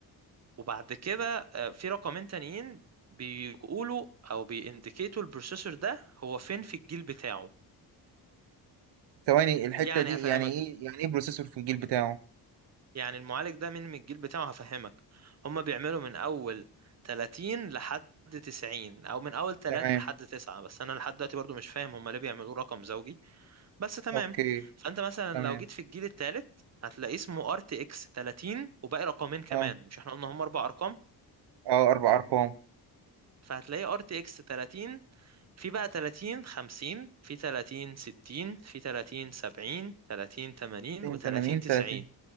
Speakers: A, on the right; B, on the right.
A: وبعد كده آه، في رقمين تانيين بيقولوا او بيindicatوا البروسيسور ده هو فين في الجيل بتاعه
B: ثواني الحته
A: يعني
B: دي
A: هفهمك
B: يعني ايه يعني ايه بروسيسور في الجيل بتاعه
A: يعني المعالج ده من من الجيل بتاعه هفهمك هما بيعملوا من اول 30 لحد 90 او من اول 3
B: تمام
A: لحد 9 بس انا لحد دلوقتي برضو مش فاهم هما ليه بيعملوه رقم زوجي بس تمام
B: اوكي
A: فانت مثلا
B: تمام
A: لو جيت في الجيل الثالث هتلاقي اسمه ار تي اكس 30 وباقي رقمين كمان
B: اه
A: مش احنا قلنا هما اربع ارقام
B: اه اربع ارقام
A: فهتلاقي ار تي اكس 30 في بقى 30 50 في 30 60 في 30 70 30 80
B: 82
A: و30 90
B: 30